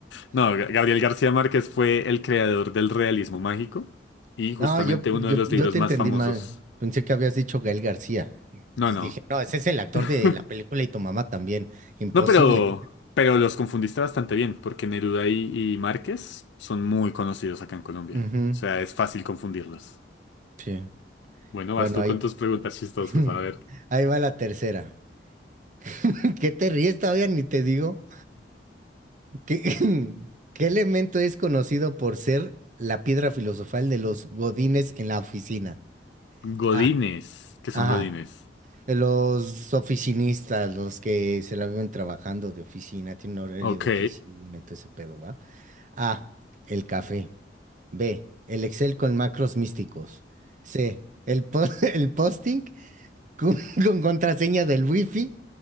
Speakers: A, on the left; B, on the right.
A: No, Ga- Gabriel García Márquez fue el creador del realismo mágico y justamente
B: No, yo, yo,
A: uno de los
B: yo
A: libros
B: te
A: más
B: entendí
A: famosos.
B: mal. Pensé que habías dicho Gael García. Entonces
A: No, no.
B: dije, no, ese es el actor
A: <laughs>
B: de la película y tu mamá también. Imposible.
A: No, pero, pero los confundiste bastante bien, porque Neruda y, y Márquez son muy conocidos acá en Colombia.
B: Ujú,
A: O sea, es fácil confundirlos.
B: sí.
A: Bueno, vas
B: Bueno,
A: tú
B: ahí,
A: con tus preguntas chistosas.
B: <laughs>
A: A ver.
B: ahí va la tercera. <laughs> ¿Qué te ríes todavía? Ni te digo. ¿Qué, <laughs> qué elemento es conocido por ser la piedra filosofal de los godines en la oficina?
A: Godines.
B: Ah,
A: ¿Qué son
B: ajá.
A: godines?
B: Eh, Los oficinistas, los que se la viven trabajando de oficina, tienen horario
A: Ok.
B: de oficina, todo ese pedo, ¿va? A. El café. B. El Excel con macros místicos. C. El, po- <laughs> el posting con, con contraseña del wifi.